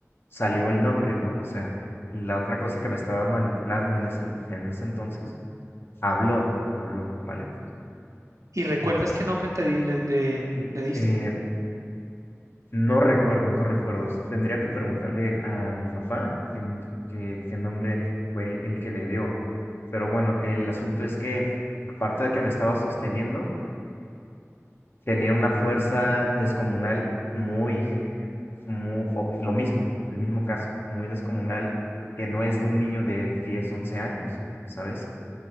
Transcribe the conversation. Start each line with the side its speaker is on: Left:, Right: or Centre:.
Left: salió el nombre, ¿no? O sea, la otra cosa que me estaba manipulando en ese, en ese entonces, habló, habló, ¿vale?
Right: ¿Y recuerdas
Left: Mm,
Right: qué nombre te di- le, le-
Left: mm,
Right: le diste?
Left: eh, no recuerdo, no recuerdo. Tendría que preguntarle a mi papá qué, n- qué- qué nombre fue el, el que le dio. Pero bueno, el asunto es que, aparte de que me estaba sosteniendo, tenía una fuerza descomunal muy, muy, lo mismo, el mismo caso, muy descomunal, que no es de un niño de 10, 11 años, ¿sabes?